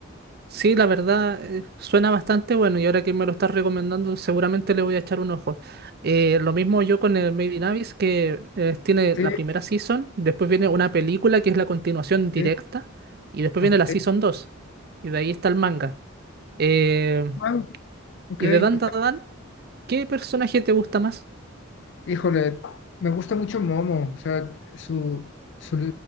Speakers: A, on the right (about 50°); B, on the left (about 60°).
A: Sí, la verdad, eh, suena bastante bueno y ahora que me lo estás recomendando, seguramente le voy a echar un ojo. Eh, lo mismo yo con el Made in Abyss, que eh, tiene
B: Sí,
A: la primera season, después viene una película que es la continuación directa,
B: sí,
A: y después
B: ok,
A: viene la season 2 y de ahí está el manga. Eh,
B: wow, ok,
A: y de Dan
B: o sea,
A: Dan, ¿qué personaje te gusta más?
B: híjole, me gusta mucho Momo, o sea, su, su,